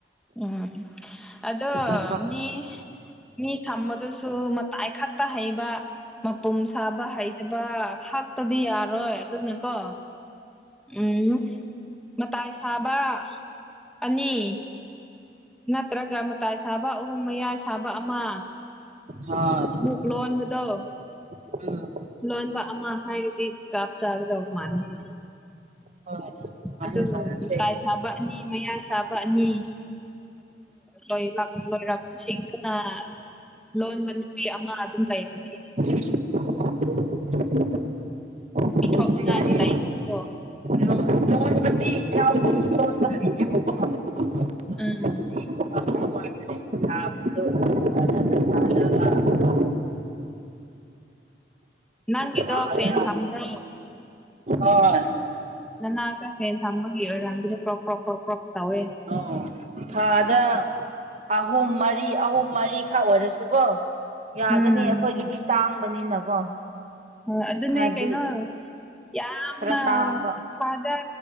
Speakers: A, in the centre; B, on the right.
A: ꯎꯝ ꯑꯗꯣ
B: ꯉꯥꯏꯈꯣ
A: ꯃꯤ ꯃꯤ ꯊꯝꯕꯗꯁꯨ ꯃ ꯍꯥꯏꯥꯏꯛꯥꯛꯇꯥ ꯍꯩꯕ ꯃꯄꯨꯝ ꯁꯥꯕ ꯍꯩꯇꯕ ꯍꯥꯛꯇꯗꯤ ꯌꯥꯔꯣꯏ ꯑꯗꯨꯅꯀꯣ ꯎꯝ ꯃꯇꯥꯏ ꯁꯥꯕ ꯑꯅꯤ ꯅꯠꯇ꯭ꯔꯒ ꯃꯇꯥꯏ ꯁꯥꯕ ꯑꯍꯨꯝ ꯃꯌꯥꯏ ꯁꯥꯕ ꯑꯃ
B: ꯎꯝ
A: <inaudible> ꯗꯣ
B: ꯍꯣꯏ ꯎꯝ
A: ꯂꯣꯟꯕ ꯑꯃ ꯍꯥꯏꯔꯗꯤ ꯆꯞ ꯆꯥꯒꯗꯧ ꯃꯥꯟꯅꯈꯤ
B: ꯍꯣꯏ ꯁꯨꯃꯥꯏꯅ
A: ꯑꯗꯨ
B: ꯇꯧꯔꯁꯦ
A: ꯎꯇꯥꯏ ꯁꯥꯕꯅꯤ ꯃꯌꯥꯏ ꯁꯥꯕꯅꯤ ꯂꯣꯏ ꯂꯥꯛ ꯂꯍꯤ ꯂꯥꯛꯄ ꯁꯤꯒꯅ ꯂꯣꯟꯕ ꯅꯨꯄꯤ ꯑꯃ ꯑꯗꯨꯝ ꯂꯩꯔꯝꯗꯤ
B: <unintelligible> ꯑꯗꯨꯁꯨ
A: ꯄꯤꯊꯣꯛꯂꯤꯅꯗꯤ
B: ꯌꯥꯏꯌꯦ
A: ꯂꯩꯅꯤꯀꯣ
B: ꯂꯣꯟ ꯂꯣꯟꯕꯗꯤ ꯏꯅꯥꯎꯅꯨꯄꯤꯁꯨ ꯂꯣꯟꯕ ꯍꯩꯌꯦꯕꯀꯣ ꯂꯣꯟꯕꯗꯗꯤ
A: ꯎꯝ
B: ꯋꯥꯈꯜ ꯋꯥꯗꯔꯦ ꯁꯥꯕꯗꯣ ꯐꯖꯅ ꯁꯥꯔꯒ
A: ꯎ ꯅꯪꯗꯣ
B: ꯊꯥꯗ
A: ꯐꯦꯟ ꯊꯝꯕ꯭ꯔꯣ
B: ꯍꯣꯏ
A: ꯅꯅꯥꯛꯇ ꯐꯦꯟ ꯊꯝꯕꯒꯤ ꯑꯣꯏꯔꯝꯗꯨꯗꯤ ꯀ꯭ꯔꯣꯛ ꯀ꯭ꯔꯣꯛ ꯀ꯭ꯔꯣꯛ ꯀ꯭ꯔꯣꯛ ꯇꯧꯋꯦ
B: ꯑꯣ ꯊꯥꯗ ꯑꯍꯨꯝ ꯃꯔꯤ ꯑꯍꯨꯝ ꯃꯔꯤꯈꯛ ꯑꯣꯏꯔꯁꯨꯀꯣ ꯌꯥꯒꯅꯤ
A: ꯎꯝ
B: ꯑꯩꯈꯣꯏꯒꯤꯗꯤ ꯇꯥꯡꯕꯅꯤꯅꯀꯣ
A: ꯍ ꯑꯗꯨꯅꯦ
B: ꯍꯥꯏꯕꯗꯤ
A: ꯀꯩꯅꯣ ꯌꯥꯝꯅ
B: ꯈꯔ ꯇꯥꯡꯕ
A: ꯐꯗ